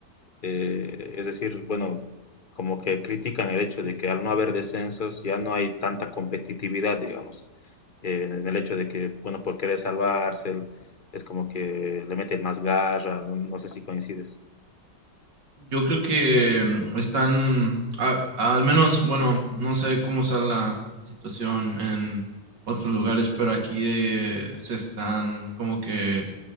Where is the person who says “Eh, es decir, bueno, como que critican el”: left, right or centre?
Left